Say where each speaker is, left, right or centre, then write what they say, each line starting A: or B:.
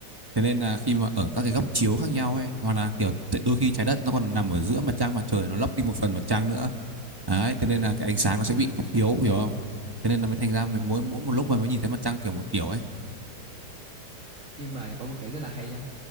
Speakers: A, on the right (about 15°); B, on the right (about 50°).
A: Thế nên là khi mà ở các cái góc chiếu khác nhau ấy hoặc là kiểu đôi khi trái đất nó còn nằm ở giữa mặt trăng mặt trời nó lấp đi một phần mặt trăng nữa. Đấy, thế nên là cái ánh sáng nó sẽ bị yếu hiểu không? Thế nên là mới thành ra mình mỗi mỗi một lúc mà mới nhìn thấy mặt trăng kiểu một kiểu ấy.
B: nhưng mà có một cái rất là hay nhá